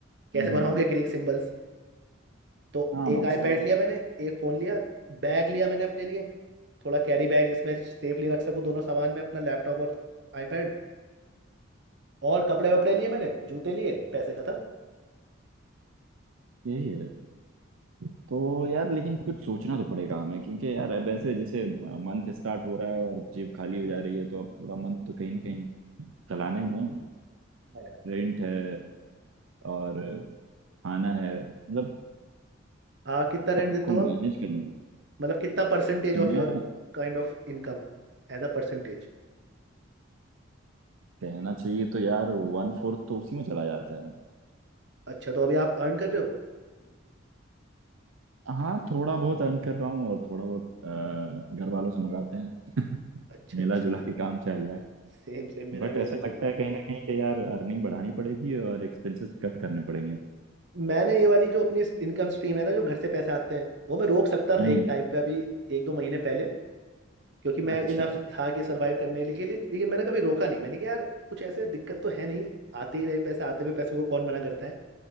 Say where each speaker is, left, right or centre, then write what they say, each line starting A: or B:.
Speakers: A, on the right; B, on the right.
A: कैसे
B: हम्म,
A: बनाओगे
B: हम्म,
A: ग्रीक सिंबल्स तो
B: हाँ
A: एक
B: बात
A: आईपैड
B: सही है
A: लिया मैंने एक फ़ोन लिया बैग लिया मैंने अपने लिए थोड़ा कैरी बैग जिसमें सेफली रख सकूँ दोनों सामान में अपना लैपटॉप और आईपैड और कपड़े वपड़े लिए मैंने जूते लिए पैसे खत्म
B: यही है तो यार लेकिन कुछ सोचना तो पड़ेगा हमें क्योंकि यार अब ऐसे जैसे मंथ स्टार्ट हो रहा है और जेब खाली हो जा रही है तो अब पूरा मंथ तो कहीं ना कहीं चलाना ही है
A: हाँ यार
B: रेंट है और खाना है मतलब
A: आ कितना रेंट
B: सबको
A: देते हो
B: मैनेज
A: आप
B: करना भी।
A: मतलब कितना percentage
B: मैं
A: of your kind of income as a percentage
B: कहना चाहिए तो यार वन फोर्थ तो उसी में चला जाता है
A: अच्छा तो अभी आप अर्न कर रहे हो
B: हाँ थोड़ा बहुत अर्न कर रहा हूँ और थोड़ा बहुत अ, घर वालों से मंगाते हैं
A: अच्छा
B: मिला
A: अच्छा
B: जुला के काम चल रहा है
A: सेम सेम मेरा
B: बट
A: भी
B: ऐसा
A: ऐसे ही
B: लगता
A: चल रहा
B: है
A: है
B: कहीं ना कहीं कि यार अर्निंग बढ़ानी पड़ेगी और एक्सपेंसेस
A: हम्म।
B: कट करने पड़ेंगे
A: मैंने ये वाली जो अपनी इनकम स्ट्रीम है ना जो घर से पैसे आते हैं वो मैं रोक सकता था
B: हम्म
A: एक टाइम पे अभी एक दो महीने पहले क्योंकि मैं
B: अच्छा
A: इनफ था कि सरवाइव करने के लिए लेकिन मैंने कभी रोका नहीं मैंने कहा यार कुछ ऐसे दिक्कत तो है नहीं आते ही रहे पैसे आते हुए पैसे को कौन मना करता है